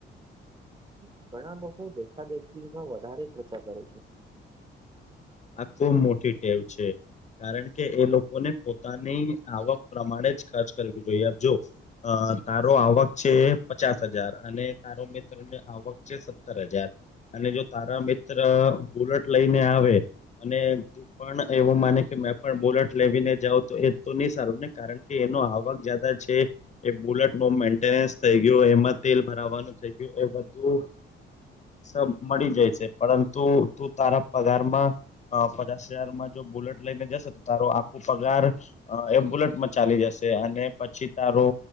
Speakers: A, on the right (about 25°); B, on the left (about 35°).
A: હ ઘણા લોકો દેખા દેખીમાં વધારે ખર્ચા કરે છે.
B: આ ખુબ મોટી ટેવ છે કારણ કે એ લોકોને પોતાની આવક પ્રમાણે જ. ખર્ચ કરવી જોઈએ આપ જો તારો આવક છે પચાસ હજાર અને. સારો મ ત્ર ને આવક છે સત્તર હજાર અને જો તારા મિત્ર બુલટ લઈને આવે અને પણ એવું માને કે મેં પણ બુલેટ લેવીને જાાવ તો એ તો નહી સારું ને કારણ કે એનો આવક જદા છે. એ બુલેટ બમ્ મેન્ટેનન્સ થઇ ગયું એમાં તેલ ભરાવવાનું થઇ ગયું એધ. તું સ મળી જાય છે પરંતુ તું તારા પગારમાં. અ પચાસ હજારમાં જો બુલેટ લઈને જશે તો તારો આખો પગાર. અ એ બુલેટમાં ચાલી જશે અને પછી તારો